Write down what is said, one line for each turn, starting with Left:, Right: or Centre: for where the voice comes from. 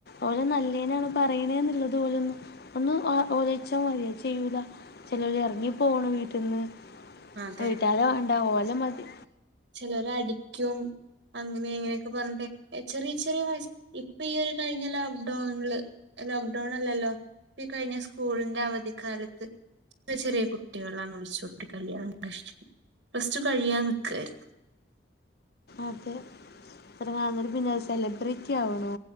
Left: ഓനെ നല്ലേനാണ് പറയണേ ഉള്ളത് ഒല്ന്നു ഒന്ന് ഓ ഓലിച്ചാ മതിയ ചെയ്യൂല ചെലര് എറങ്ങി പോണ് വീട്ടിന്ന്
Right: അതെ
Left: വീട്ടാരെ വേണ്ടാ ഓലെ മതി
Right: ചെലരടിക്കും അങ്ങനെ ഇങ്ങനെയൊക്കെ പറഞ്ഞിട്ട് ചെറിയ ചെറിയ വയസ്സ് ഇപ്പൊ ഈ ഒരു കഴിഞ്ഞ ലോക്ക്ഡൗണില് ലോക്ക്ഡൗൺ അല്ലല്ലോ ഇപ്പ ഈ കഴിഞ്ഞ സ്കൂളിന്റെ അവധിക്കാലത്ത് <unintelligible> ചെറിയ കുട്ടികളാണ് ഒളിച്ചോട്ടി കല്യാണം കഴിച്ച് പ്ലസ്ടു കഴിയാൻ നിക്കായിരുന്നു
Left: അതെ <unintelligible> സെലിബ്രിറ്റി ആവുണു